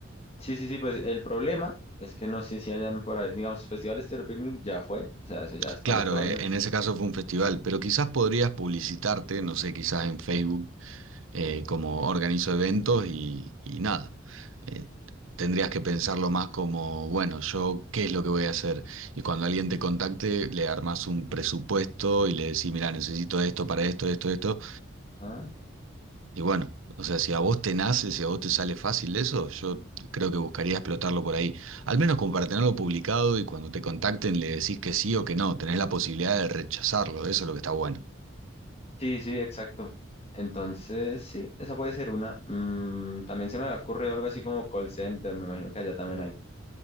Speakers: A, on the left (about 30°); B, on the right (about 80°).
A: Sí, sí, sí, pues el problema es que no sé si hayan por ahí, digamos, Festival Estéreo Picnic ya fue, o sea, eso ya es para
B: Claro,
A: el otro año.
B: eh, en ese caso fue un festival, pero quizás podrías publicitarte, no sé, quizás en Facebook eh, como organizo eventos y, y nada. Eh, tendrías que pensarlo más como, bueno, yo qué es lo que voy a hacer. Y cuando alguien te contacte, le armas un presupuesto y le decís, mira, necesito esto para esto, esto, esto,
A: Ajá.
B: y bueno, o sea, si a vos te nace, si a vos te sale fácil eso, yo creo que buscaría explotarlo por ahí. Al menos como para tenerlo publicado y cuando te contacten le decís que sí o que no, tenés la posibilidad de rechazarlo, eso es lo que está bueno.
A: Sí, sí, exacto. Entonces, sí, esa puede ser una. Mm, también se me había ocurrido algo así como call center, me imagino que allá también hay.